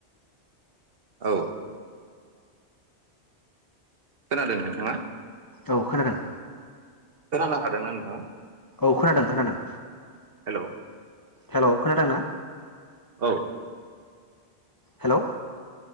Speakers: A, on the right; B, on the left.
A: औ खोनादों नोंथाङा?
B: औ खोनादों।
A: खोनानो हादोंना नोंथाङा?
B: औ खोनादों खोनादों।
A: हेलौ
B: हेलौ खोनादों ना?
A: औ
B: हेलौ